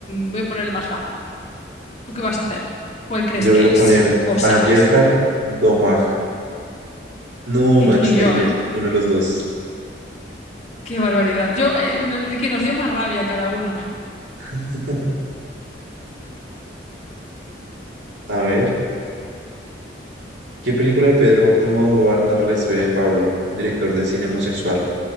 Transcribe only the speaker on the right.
Yo
voy a poner
a Gerhard Domag. No,
Max
Taylor,
ninguno de los dos.
<laughs> A ver, ¿qué película de Pedro Almodóvar narra la historia de Pablo, un director de cine homosexual?